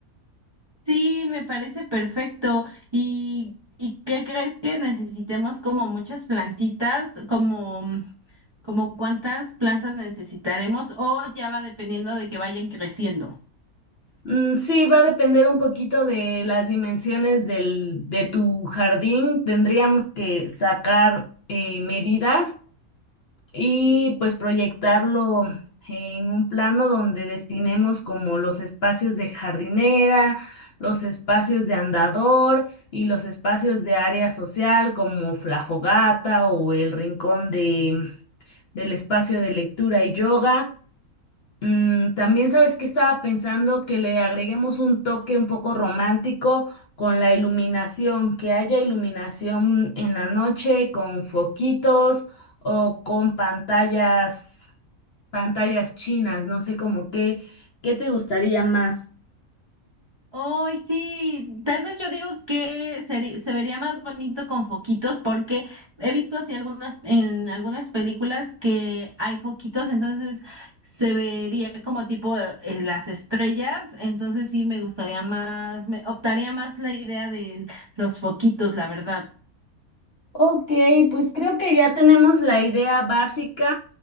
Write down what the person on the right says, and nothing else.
Sí, me parece perfecto. ¿Y, y qué crees que necesitemos como muchas plantitas, como como cuántas plantas necesitaremos o ya va dependiendo de que vayan creciendo?
Hoy sí, tal vez yo digo que seri- se vería más bonito con foquitos porque he visto así algunas en algunas películas que hay foquitos, entonces se vería como tipo eh, las estrellas, entonces sí me gustaría más, me optaría más la idea de los foquitos, la verdad.